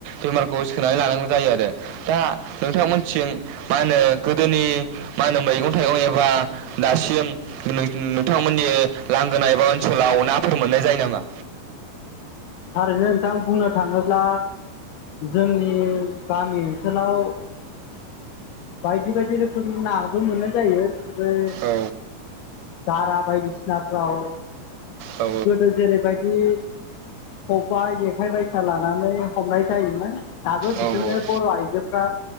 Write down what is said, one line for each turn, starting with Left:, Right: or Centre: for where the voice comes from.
Right: बेमारखौ सोनानै लानांगौ जायो आरो दा नोंथांमोनथिं मा होनो गोदोनि मा होनो मैगं थाइगं एबा दासिम नों-नोंथांमोननि लांगोना एबा ओनसोलाव नाफोर मोननाय जायो नामा
Left: थारैनो दा बुंनो थाङोब्ला जोंनि गामि ओनसोलाव बायदि बायदि रोखोमनि नाबो मोननाय जायो बै
Right: औ
Left: बारा बायदिसिनाफ्राव
Right: औ
Left: गोदो जेरैबायदि खबाय जेखाइ बायसा लानानै हमनाय जायोमोन दाबो बिदिनो
Right: औ औ
Left: बर' आइजोफ्रा